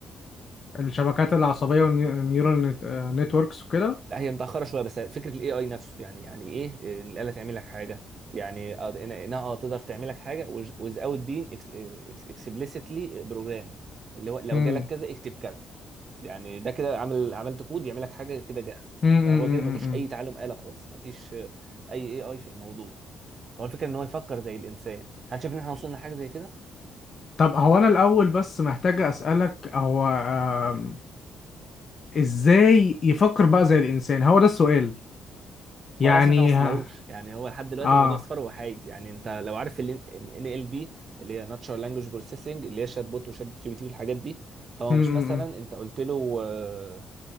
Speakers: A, on the left (about 45°); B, on the right (about 45°).
A: الشبكات العصبية والنيورال نتوركس وكده
B: لا هي متأخرة شوية بس فكرة الاي اي نفسه يعني يعني ايه آه، ان الآلة تعمل لك حاجة يعني آه، إن- انها اه تقدر تعمل لك حاجة without being explicitly programmed اللي هو لو
A: امم
B: جالك كذا اكتب كذا يعني ده كده عمل عملت كود يعمل لك حاجة كده جاهزة
A: امم
B: فهو
A: امم،
B: كده مفيش
A: امم، امم.
B: أي تعلم آلة خالص مفيش آه، أي اي اي في الموضوع هو الفكرة ان هو يفكر زي الإنسان هل شايف ان احنا وصلنا لحاجة زي كده؟
A: طب هو انا الاول بس محتاج اسالك هو آم، ازاي يفكر بقى زي الانسان هو ده السؤال
B: ما
A: يعني
B: هو للاسف احنا ما وصلنالوش
A: ها
B: يعني هو لحد دلوقتي
A: اه
B: الموضوع اصفار وحايد يعني انت لو عارف ال ان ال بي اللي هي ناتشرال لانجوج بروسيسنج اللي هي شات بوت وشات جي بي تي والحاجات دي هو
A: م -م
B: مش مثلا
A: -م.
B: انت قلت له آه،